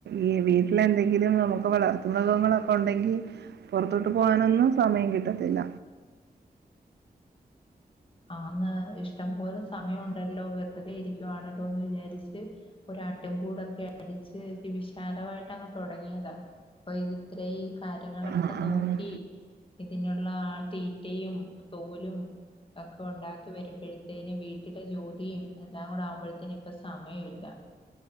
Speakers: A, on the right; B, on the left.
A: ഈ വീട്ടില് എന്തെങ്കിലും നമുക്ക് വളർ മൃഗങ്ങളൊക്കെണ്ടെങ്കി പൊറത്തോട്ട് പോകാനൊന്നും സമയം കിട്ടത്തില്ല
B: ആന്ന് ഇഷ്ടം പോലെ സ സമയം ഉണ്ടല്ലോ വെറ്തെ <unintelligible> <unintelligible> വിചാരിച്ച് ഒര കൂടൊക്കെ അടിച്ച് <unintelligible> തോടങ്ങിയതാ പ്പൊ ഇത്രേം കാര്യങ്ങളൊക്കെ
A: ആഹ്
B: നോക്കി
A: ആഹ്
B: ഇതിനുള്ള ആ തീറ്റയും തോലും ഒക്കെ ഉണ്ടാക്കി വരുമ്പോഴത്തേന് വീട്ടിലെ ജോലിയും എല്ലാം കൂടെ ആവുമ്പോഴത്തേന് ഇപ്പൊ സമയമില്ല